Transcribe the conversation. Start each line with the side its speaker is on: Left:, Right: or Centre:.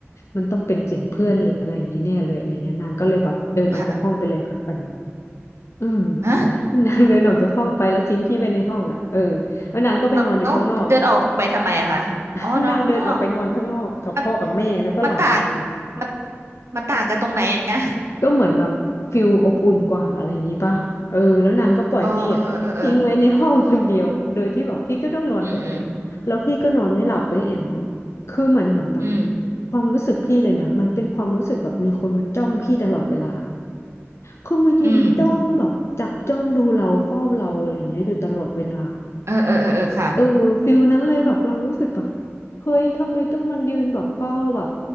Left: มันต้องเป็นเสียงเพื่อนหรืออะไรอย่างนี้แน่เลยอะไรเงี้ยนางก็เลยแบบเดินออกจากห้องไปเลยค่ะตอนนี้
Right: ค่ะ
Left: อืม
Right: ฮะ
Left: <laughs> นางเดินออกจากห้องไปแล้วทิ้งพี่ไปในห้องอ่ะเออแล้วนางก็ไปนอนอยู่ข้างนอก
Right: เอ้าเดินออกไปทำไมอะคะอ๋อนอนข้างนอก
Left: <laughs> นางเดินออกไปนอนข้างนอกกับพ่อกับแม่แล้วก็หลานนาง
Right: มันมันต่างมันมันต่างกันตรงไหนอะ
Left: ก็เหมือนแบบฟิลอบอุ่นกว่าอะไรอย่างนี้ป่ะเออแล้วนางก็ปล่อยพี่อ่ะทิ้งไว้ในห้องคนเดียวโดยที่แบบพี่ก็ต้องนอนคนเดียวแล้วพี่ก็นอนไม่หลับเว้ยแอม
Right: อ๋อเออเออเอออืมอืม
Left: คือเหมือนเหมือนแบบ
Right: อืม
Left: ความรู้สึกพี่เลยนะมันเป็นความรู้สึกแบบมีคนมาจ้องพี่ตลอดเวลาคือมายืนจ้องแบบจับจ้องดูเราเฝ้าเราอะไรอย่างเงี้ยอยู่ตลอดเวลา
Right: อืมเออเออเออเออค่ะ
Left: เออฟิลนั้นเลยแบบเรารู้สึกแบบเฮ้ยทำไมต้องมันยืนแบบเฝ้าแบบ